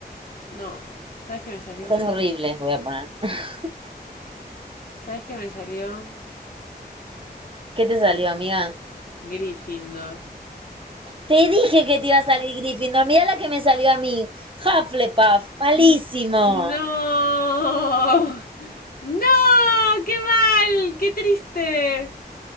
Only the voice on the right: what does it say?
Son horribles, voy a poner. <laughs>
¿Qué te salió, amiga?
Te dije que te iba a salir Gryffindor. Mirá la que me salió a mí. Hufflepuff. Malísimo.